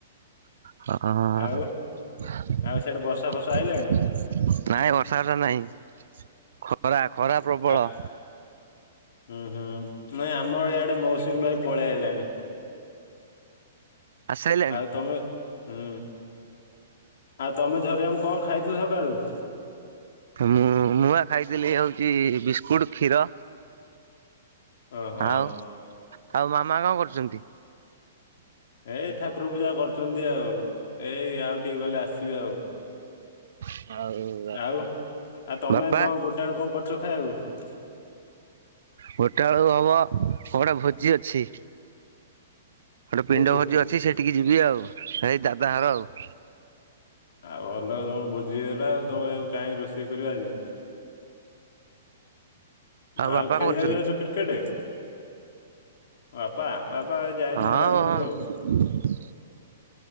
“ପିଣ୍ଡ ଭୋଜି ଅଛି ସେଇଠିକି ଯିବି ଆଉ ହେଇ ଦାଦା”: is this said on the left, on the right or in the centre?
Right